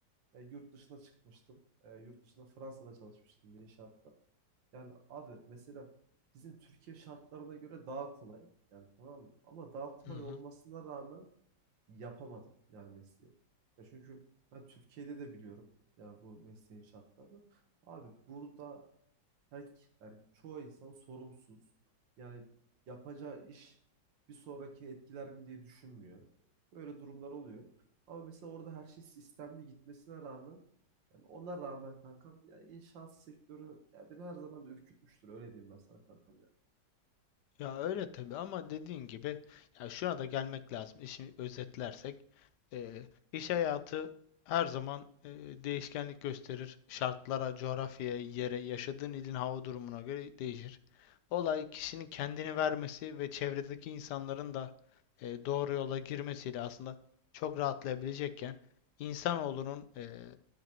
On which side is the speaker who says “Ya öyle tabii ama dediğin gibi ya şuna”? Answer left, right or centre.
Left